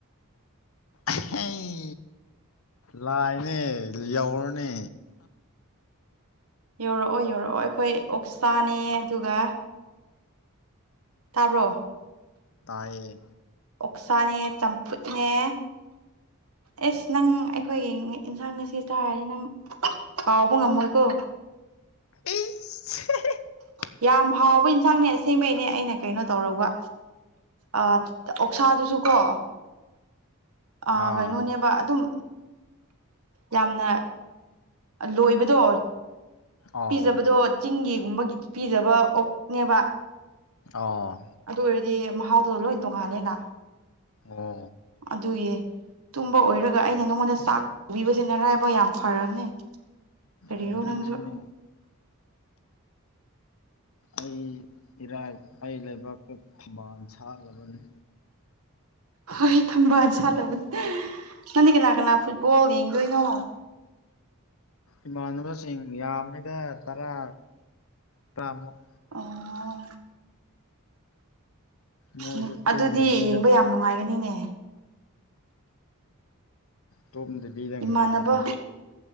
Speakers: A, on the left (about 70°); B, on the right (about 80°).
A: ꯑꯩ ꯂꯥꯏꯅꯦ ꯌꯧꯔꯅꯦ
B: ꯌꯧꯔꯛꯑꯣ ꯌꯧꯔꯛꯑꯣ ꯑꯩꯈꯣꯏ ꯑꯣꯛꯁꯥꯅꯦ ꯑꯗꯨꯒ ꯇꯥꯕ꯭ꯔꯣ
A: ꯇꯥꯏꯌꯦ
B: ꯑꯣꯛꯁꯥꯅꯦ ꯆꯝꯐꯨꯠꯅꯦ ꯑꯦꯁ ꯅꯪ ꯑꯩꯈꯣꯏꯒꯤ ꯌꯦꯟꯁꯥꯡ ꯉꯁꯤ ꯆꯥꯔꯗꯤ ꯅꯪ ꯀꯥꯎꯕ ꯉꯝꯃꯣꯏꯀꯣ
A: ꯏ <unintelligible> <inaudible>
B: ꯌꯥꯝ ꯍꯥꯎꯕ ꯏꯟꯁꯥꯡꯅꯦ ꯑꯁꯦꯡꯕꯩꯅꯦ ꯑꯩꯅ ꯀꯩꯅꯣ ꯇꯧꯔꯧꯕ ꯑꯥ ꯑꯣꯛꯁꯥꯗꯨꯁꯨ ꯀꯣ ꯑ
A: ꯑꯥ
B: ꯀꯩꯅꯣꯅꯦꯕ ꯑꯗꯨꯝ ꯌꯥꯝꯅ ꯂꯣꯏꯕꯗꯣ
A: ꯑꯥ
B: ꯄꯤꯖꯕꯗꯣ ꯆꯤꯡꯒꯤꯒꯨꯝꯕꯒꯤ ꯄꯤꯖꯕ ꯑꯣꯛꯅꯦꯕ
A: ꯑꯣ
B: ꯑꯗꯨ ꯑꯣꯏꯔꯗꯤ ꯃꯍꯥꯎꯗꯨꯣ ꯂꯣꯏ ꯇꯣꯡꯉꯥꯜꯂꯦꯅ
A: ꯑꯣ
B: ꯑꯗꯨꯒꯤ ꯇꯨꯝꯕ ꯑꯣꯏꯔꯒ ꯑꯩꯅ ꯅꯪꯉꯣꯟꯗ ꯆꯥꯛ ꯀꯧꯕꯤꯁꯦ ꯅꯔꯥꯏꯕꯛ ꯌꯥꯝ ꯐꯔꯕꯅꯦ ꯀꯔꯤꯔꯣ
A: ꯑꯗꯨꯅꯦ
B: ꯅꯪꯁꯨ
A: ꯑꯩ ꯏꯔꯥꯏ ꯑꯩ ꯂꯩꯕꯥꯛꯇ ꯊꯕꯥꯜ ꯁꯥꯂꯕꯅꯤ
B: ꯍꯣꯏ ꯊꯝꯕꯥꯜ ꯁꯥꯠꯂꯕꯅꯦ ꯅꯪꯗꯤ ꯀꯅꯥ ꯀꯅꯥ ꯐꯨꯠꯕꯣꯜ ꯌꯦꯡ ꯀꯩꯅꯣ
A: ꯏꯃꯥꯟꯅꯕꯁꯤꯡ ꯌꯥꯝꯃꯤꯗ ꯇꯔꯥ ꯇꯔꯥ ꯃꯨꯛ
B: ꯑꯣ
A: ꯃꯣꯏꯁꯨ
B: ꯎ ꯑꯗꯨꯗꯤ
A: ꯇꯨꯝꯗꯕꯤꯗ
B: ꯌꯦꯡꯕ ꯌꯥꯝ ꯅꯨꯡꯉꯥꯏꯒꯅꯤꯅꯦ
A: ꯇꯨꯝꯗꯗꯤꯗ
B: ꯏꯃꯥꯟꯅꯕ
A: ꯉꯥꯏꯂꯩ